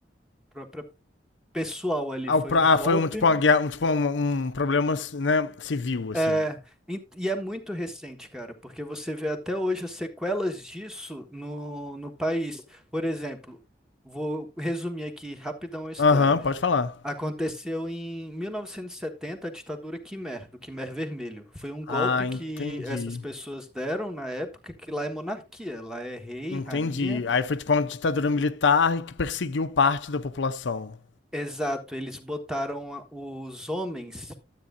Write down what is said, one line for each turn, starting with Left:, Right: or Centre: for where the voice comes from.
Centre: própria pessoal ali,
Left: Ah,
Centre: foi
Left: o pro-
Centre: um
Left: ah,
Centre: golpe.
Left: foi um tipo uma guerra, um, tipo um, um problema, né, civil, assim.
Centre: É, em- e é muito recente, cara, porque você vê até hoje as sequelas disso no, no país. Por exemplo, vou resumir aqui rapidão a história.
Left: Aham, pode falar.
Centre: Aconteceu em 1970 a ditadura Khmer, do Khmer Vermelho. Foi um
Left: Ah,
Centre: golpe
Left: entendi.
Centre: que essas pessoas deram na época, que lá é monarquia, lá é rei,
Left: Entendi.
Centre: rainha.
Left: Aí foi tipo uma ditadura militar que perseguiu parte da população.
Centre: Exato, eles botaram a- os homens